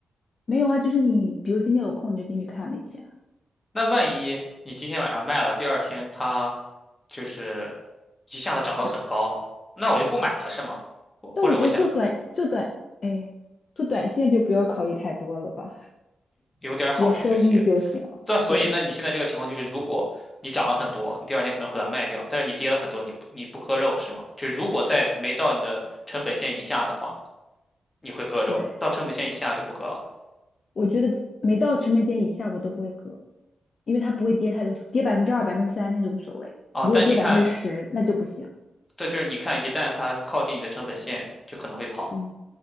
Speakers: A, on the left (about 45°); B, on the left (about 20°).
A: 没有啊，就是你比如今天有空你就进去看了一下。
B: 那万一你今天晚上卖了，第二天它就是一下子涨得很高，
A: 涨。
B: 那我就不买了是吗？我或者我想
A: 但我觉得做短做短，哎，做短线就不要考虑太多了吧，
B: 有点好处就行。
A: 有收益就行了。
B: 这所以，
A: 对，
B: 那你现在这个情况就是，如果你涨了很多，你第二天可能会把它卖掉，但是你跌了很多，你不你不割肉是吗？就是如果在没到你的成本线以下的话，你会割肉；
A: 对，
B: 到成本线以下就不割了。
A: 我觉得没到成本线以下我都不会割，因为它不会跌太多，跌百分之二、百分之三那就无所谓，
B: 啊。
A: 如果跌百分之十那就不行。
B: 但你看，这就是你看，一旦它靠近你的成本线，就可能会跑
A: 嗯，